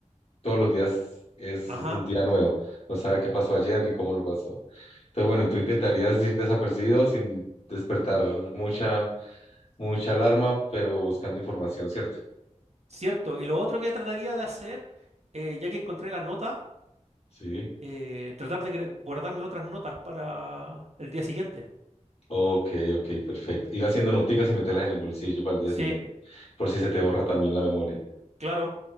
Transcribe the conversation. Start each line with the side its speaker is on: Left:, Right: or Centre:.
Left: todos los días es
Right: Ajá,
Left: un día nuevo, no sabe qué pasó ayer ni cómo lo pasó. Entonces, bueno, tú intentarías ir desapercibido sin despertar mucha, mucha alarma, pero buscando información, ¿cierto?
Right: cierto. Y lo otro que trataría de hacer, eh, ya que encontré la nota,
Left: Sí.
Right: eh, tratar de cre- guardarme otras notas para el día siguiente.
Left: Ok, ok, perfecto. Ir haciendo noticas y meterlas en el bolsillo para el día
Right: Sí,
Left: siguiente. por si se te borra también la memoria.
Right: claro.